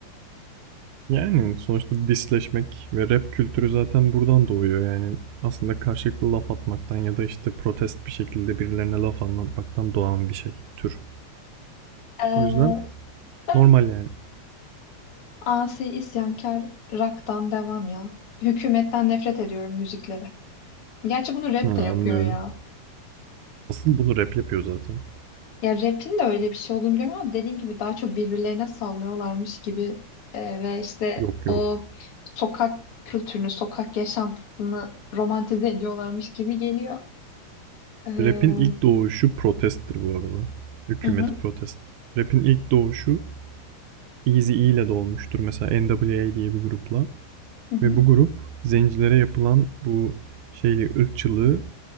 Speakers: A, on the right (about 85°); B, on the left (about 50°).
A: Yani sonuçta disleşmek ve rap kültürü zaten buradan doğuyor yani. Aslında karşılıklı laf atmaktan ya da işte protest bir şekilde birilerine laf anlatmaktan doğan bir şey, tür.
B: Ee,
A: O yüzden
B: ben
A: normal yani.
B: asi isyankar rock'tan devam ya. Hükümetten nefret ediyorum müziklere. Gerçi bunu rap
A: Ha,
B: de yapıyor
A: anlıyorum.
B: ya.
A: Asıl bunu rap yapıyor zaten.
B: Ya rap'in de öyle bir şey olduğunu biliyorum ama dediğim gibi daha çok birbirlerine sallıyorlarmış gibi e, ve işte
A: Yok
B: o
A: yok.
B: sokak kültürünü, sokak yaşantısını romantize ediyorlarmış gibi geliyor. Ee, Hı
A: Rap'in ilk doğuşu protesttir bu arada. Hükümet
B: hı.
A: protest. Rap'in ilk doğuşu Eazy-E ile de olmuştur. Mesela NWA diye bir grupla.
B: Hı hı,
A: Ve bu grup zencilere yapılan bu şeyli ırkçılığı,